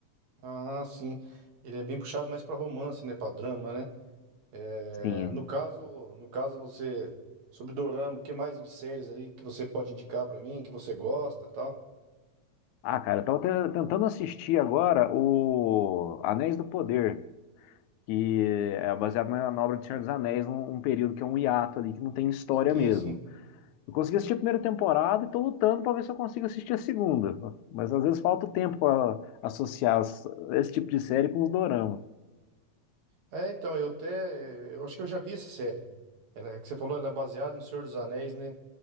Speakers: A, on the right; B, on the left.
A: Ah, sim. Ele é bem puxado mais para romance, né? Para drama, né? É,
B: Sim, é.
A: no caso, no caso, você... Sobre Dorama, o que mais de séries ali que você pode indicar para mim, que você gosta e tal?
B: ah, cara, eu tava te- tentando assistir agora o Anéis do Poder, que é baseado na na obra do Senhor dos Anéis, um, um período que é um hiato ali, que não tem história
A: Sim,
B: mesmo.
A: sim.
B: Eu consegui assistir a primeira temporada e estou lutando para ver se eu consigo assistir a segunda. Mas às vezes falta o tempo para associar as- esse tipo de série com os dorama.
A: É, então, eu até. eh, Eu acho que eu já vi essa série. Ela, é que você falou, ela é baseada no Senhor dos Anéis, né?